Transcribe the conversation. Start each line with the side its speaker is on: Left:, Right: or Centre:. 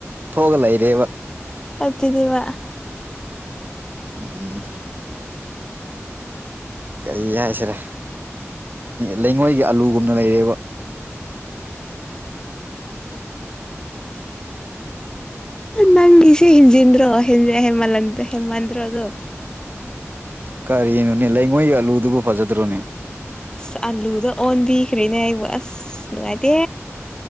Right: ꯊꯣꯛꯑꯒ ꯂꯩꯔꯦꯕ
Left: ꯑꯗꯨꯅꯦꯕ
Right: ꯎꯝ ꯀꯔꯤ ꯌꯥꯏꯁꯤꯔꯦ ꯂꯩꯉꯣꯏꯒꯤ ꯑꯂꯨꯒꯨꯝꯅ ꯂꯩꯔꯦꯕ
Left: ꯅꯪꯁꯤꯦ ꯍꯟꯖꯟ꯭ꯔꯣ ꯍꯖ ꯍꯦꯃꯜꯗ ꯍꯦꯃꯥꯥꯟ꯭ꯔꯣ ꯑꯗꯨ ꯑꯗꯨ
Right: ꯀꯔꯤꯅꯣꯅꯦ ꯂꯩꯉꯣꯏꯒꯤ ꯑꯂꯨꯗꯨꯕꯨ ꯐꯖꯗ꯭ꯔꯣꯅꯦ
Left: ꯑꯁ ꯑꯥꯂꯨꯗ ꯑꯣꯟꯕꯤꯈ꯭ꯔꯦꯅꯦ ꯑꯩꯕꯨ ꯑꯁ ꯅꯨꯡꯉꯥꯏꯇꯦ